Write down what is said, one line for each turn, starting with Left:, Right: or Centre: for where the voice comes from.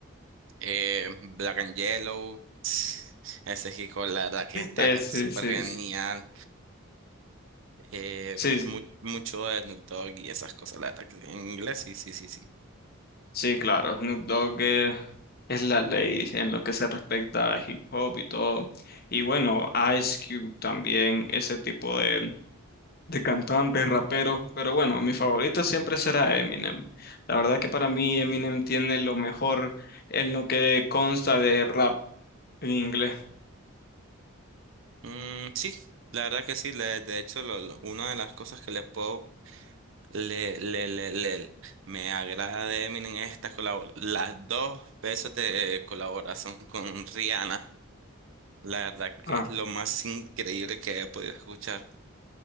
Right: eh, Black and Yellow. <sniffs> <tsk> Ese chico, la verdad que está
Left: Eh,
Right: je-
Left: sí,
Right: súper
Left: sí,
Right: genial.
Left: sí,
Right: Eh,
Left: sí,
Right: mu- mucho de Snoop Dogg y esas cosas, la verdad que sí. en inglés sí, sí, sí, sí.
Left: sí, claro. Snoop Dogg eh, es la ley en lo que se respecta a hip hop y todo. Y bueno, Ice Cube también, ese tipo de, de cantantes, raperos. Pero bueno, mi favorito siempre será Eminem. La verdad que para mí Eminem tiene lo mejor en lo que consta de rap en inglés.
Right: Mm, sí, la verdad que sí. le- de hecho, lo- lo- una de las cosas que le puedo le, le, le, le- me agrada de Eminem es esta colabor las dos veces de eh, colaboración con Rihanna. La verdad que
Left: Ah,
Right: es lo más increíble que he podido escuchar.